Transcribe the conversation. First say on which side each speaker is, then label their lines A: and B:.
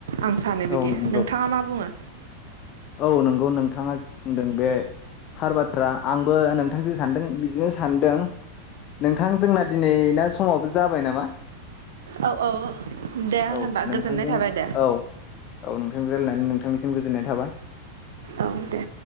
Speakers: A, on the right; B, on the left.
A: आं सानो
B: औ
A: बिदि
B: नंगौ
A: नोंथाङा मा बुङो
B: औ नंगौ नोंथाङा बुंदों बे थार बाथ्रा आंबो नोंथां जे सानदों बिदिनो सान्दों नोंथां जोंना दिनै ना समावबो जाबाय नामा
A: औ औ दे आं
B: औ
A: होनबा
B: नोंथांजों
A: गोजोननाय थाबाय दे
B: औ औ नोंथांजों राय्लायनानै नोंथांनिसिम गोजोननाय थाबाय
A: औ दे